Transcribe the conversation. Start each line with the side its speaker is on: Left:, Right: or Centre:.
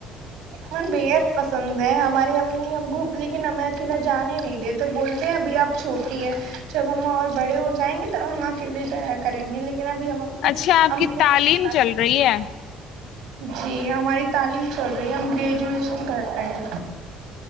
Right: ہم بےحد پسند ہے ہماری امی ابو لیکن ہمیں اکیلا جانے نہیں د تو بولتے ہیں ابھی آپ چھوٹی ہیں جب ہما اور بڑے ہو جائیں گے تو ہم اکیلے ج کریں گے لیکن ابھی ہم اپنے
Left: اچھا آپ
Right: امی
Left: کی تعلیم
Right: ابو
Left: چل رہی ہے
Right: جی ہماری تعلیم ا ہم گریجویشن کرتے ہیں